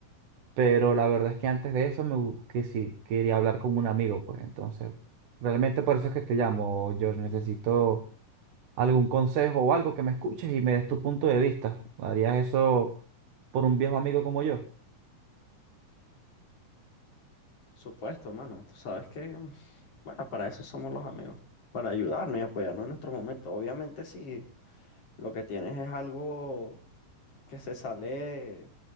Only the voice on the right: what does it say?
Pero la verdad es que antes de eso me bu- que sí, quería hablar con un amigo, pues entonces, realmente por eso es que te llamo, George. Necesito algún consejo o algo que me escuches y me des tu punto de vista. ¿Harías eso por un viejo amigo como yo?